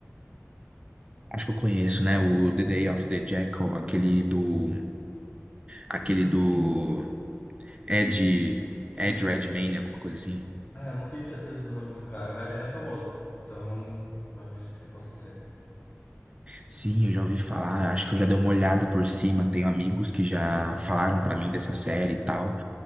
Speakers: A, on the right; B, on the left.
A: Acho que eu conheço, né? O The Day of the Jackal, aquele do. Aquele do. Ed. Ed Redmayne, alguma coisa assim.
B: Ah, eu não tenho certeza do nome do cara, mas ele é famoso. Então, eu acredito que possa ser.
A: Sim, eu já ouvi falar, acho que eu já dei uma olhada por cima. Tenho amigos que já falaram pra mim dessa série e tal.